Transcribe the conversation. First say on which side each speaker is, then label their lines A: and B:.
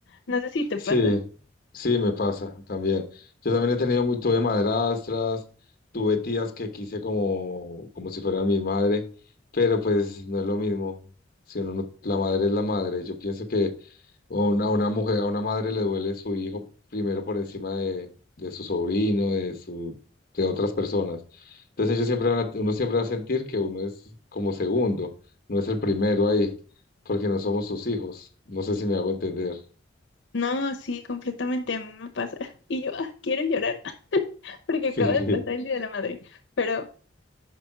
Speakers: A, on the left (about 75°); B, on the left (about 50°).
A: no sé si te
B: Sí,
A: pasa.
B: sí, me pasa también. Yo también he tenido, mu- tuve madrastras, tuve tías que quise como, como si fueran mi madre, pero pues no es lo mismo. Si uno no- la madre es la madre. Yo pienso que una- a una mujer, a una madre le duele su hijo primero por encima de, de su sobrino, de su, de otras personas. Entonces ellos siempre van a- uno siempre va a sentir que uno es como segundo, no es el primero ahí, porque no somos sus hijos. No sé si me hago entender.
A: No, sí, completamente a mí me pasa. <laughs> Y yo, ah, quiero llorar <laughs> porque
B: <laughs>
A: acaba de
B: Sí.
A: pasar el Día de la Madre. Pero,